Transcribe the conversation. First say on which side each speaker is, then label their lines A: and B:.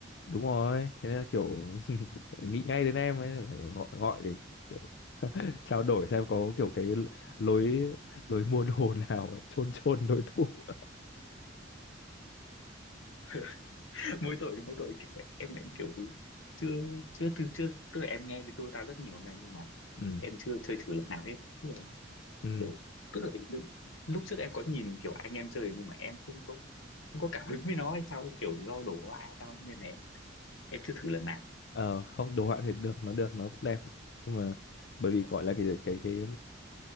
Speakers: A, on the left; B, on the left.
A: đúng rồi thế nên là kiểu <laughs> nghĩ ngay đến em ấy phải gọi gọi để để <laughs> trao đổi xem có kiểu cái lối lối mua đồ <laughs> nào chôn chôn đối thủ
B: <laughs> mỗi tội mỗi tội kiểu em lại kiểu chưa chưa từ chưa tức là em nghe thì tôi ta rất nhiều nha nhưng mà
A: <laughs> ừ
B: em chưa chơi thử lần nào hết Tức là
A: ừ
B: kiểu tức là lúc trước em có nhìn kiểu anh em chơi nhưng mà em không có không có cảm hứng với nó hay sao ấy, kiểu do đổ họa hay sao ấy, nên là em em chưa thử lần nào
A: ờ không đồ họa thì được nó được nó cũng đẹp nhưng mà bởi vì
B: dạ
A: gọi
B: vâng
A: là cái cái cái